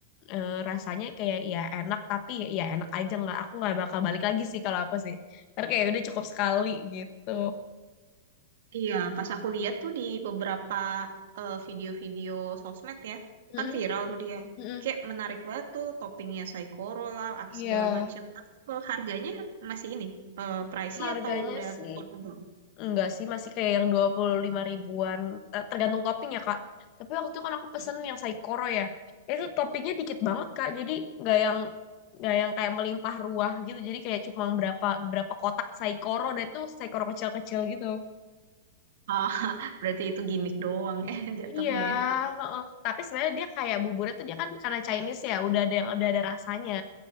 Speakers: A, on the left; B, on the right.
A: eh, rasanya kayak ya enak, tapi ya, ya enak aja nggak. Aku nggak bakal balik lagi sih kalau aku sih. Karena kayak udah cukup sekali gitu.
B: Iya, pas aku lihat tuh di beberapa eh, video-video sosmed ya,
A: Mm-mm,
B: kan viral tuh dia.
A: mm-mm.
B: Kayak menarik banget tuh toppingnya Saikoro lah, apa
A: Iya.
B: segala macam. Tapi kalau harganya masih ini, eh, pricey
A: Harganya
B: atau udah
A: sih.
B: affordable?
A: Enggak sih, masih kayak yang 25 ribuan. Ter- Tergantung topping ya, Kak. Tapi waktu itu kan aku pesen
B: Hmm.
A: yang saikoro ya. Itu toppingnya dikit banget, Kak. Jadi nggak yang nggak yang kayak melimpah ruah gitu. Jadi kayak cuma berapa berapa kotak saikoro dan itu saikoro kecil-kecil gitu.
B: Ah, <laughs> berarti itu gimmick doang ya <laughs> jatuhnya
A: Iya,
B: ya.
A: heeh. Tapi sebenarnya dia kayak buburnya tuh dia kan karena Chinese ya, udah ada yang udah ada rasanya.